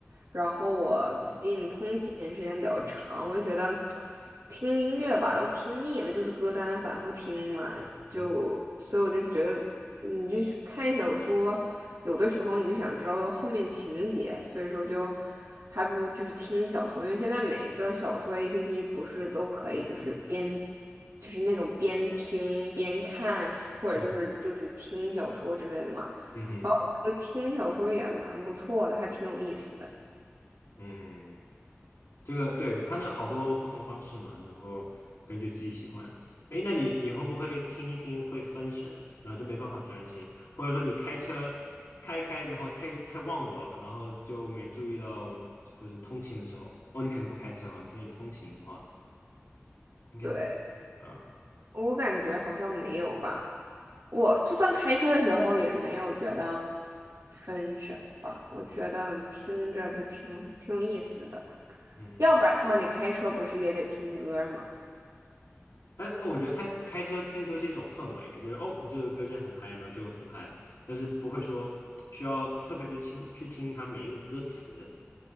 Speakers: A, on the right (about 80°); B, on the left (about 75°).
A: 然后我最近通勤时间比较长，我就觉得听音乐吧都听腻了，就是歌单反复听嘛，
B: 嗯
A: 就所以我就觉得你就是看小说，有的时候你就想知道后面情节，所以说就还不如就是听小说，因为现在每个小说 APP 不是都可以就是边就是那种边听边看，或者就是就是听小说之类的嘛。
B: 嗯哼嗯哼
A: 然后觉得听小说也蛮不错的，还挺有意思的。
B: 嗯，这个对，它那好多不同方式嘛，然后根据自己喜欢。哎，那你你会不会听一听会分神，然后就没办法专心，或者说你开车开一开，然后太太忘我了，然后就没注意到，或者通勤的时候，哦，你可能不开车哈，你说你通勤的话，应该是，
A: 对，
B: 嗯
A: 我感觉好像没有吧。我就算开车的时候也没有觉得分神吧，我觉得听着就挺挺有意思的。
B: 嗯
A: 要不然的话，你开车不是也得听歌儿吗？
B: 但我觉得他开车听歌是一种氛围，就是哦，你这个歌现在很嗨呢，就很嗨，但是不会说需要特别的听去听它每一个歌词。